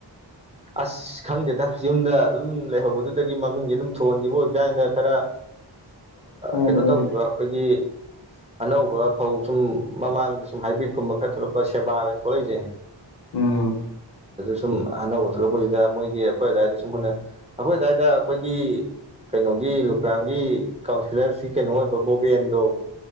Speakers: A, on the right; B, on the left.
A: ꯑꯁ ꯈꯪꯗꯦꯗ ꯌꯨꯝꯗ ꯑꯗꯨꯝ ꯂꯩꯍꯧꯕꯗꯨꯗꯒꯤ ꯃꯃꯤꯡꯁ ꯑꯗꯨꯝ ꯊꯣꯟꯈꯤꯕ ꯑꯣꯏꯕ ꯀꯥꯟꯗ ꯈꯔ
B: <inaudible> ꯑꯣ
A: ꯀꯩꯅꯣ ꯇꯧꯈꯤꯕ ꯑꯩꯈꯣꯏꯒꯤ ꯑꯅꯧꯕ ꯐꯧ ꯁꯨꯝ ꯃꯃꯥꯡꯗ ꯁꯨꯝ ꯍꯥꯏꯕ꯭ꯔꯤꯠꯀꯨꯝꯕ ꯈꯔ ꯊꯣꯛꯂꯛꯄ ꯁꯦꯕꯥꯒꯅ ꯊꯣꯛꯂꯛꯏꯁꯦ
B: ꯎꯝ
A: ꯁꯨꯝ ꯑꯟꯅꯧꯕ ꯊꯣꯛꯂꯛꯄꯁꯤꯗ ꯃꯣꯏꯒꯤ ꯑꯩꯈꯣꯏ ꯑꯋꯥꯏꯗ ꯁꯨꯝ ꯍꯨꯟꯅ ꯑꯩꯈꯣꯏ ꯑꯗꯨꯗꯥꯋꯥꯏꯗ ꯑꯩꯈꯣꯏꯒꯤ ꯀꯩꯅꯣꯒꯤ ꯂꯨꯀ꯭ꯔꯥꯝꯒꯤ ꯀꯥꯎꯟꯁꯤꯜꯂꯔꯁꯤ ꯀꯩꯅꯣ ꯑꯣꯏꯕ ꯕꯣꯕꯦꯟꯗꯣ